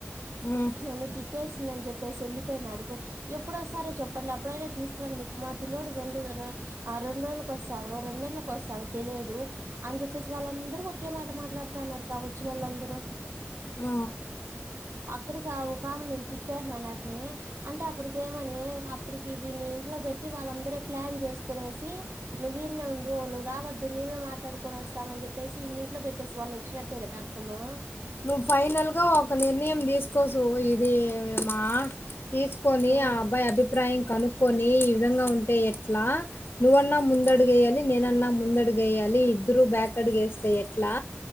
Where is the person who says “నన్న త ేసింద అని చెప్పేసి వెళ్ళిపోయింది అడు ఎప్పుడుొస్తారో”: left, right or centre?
Right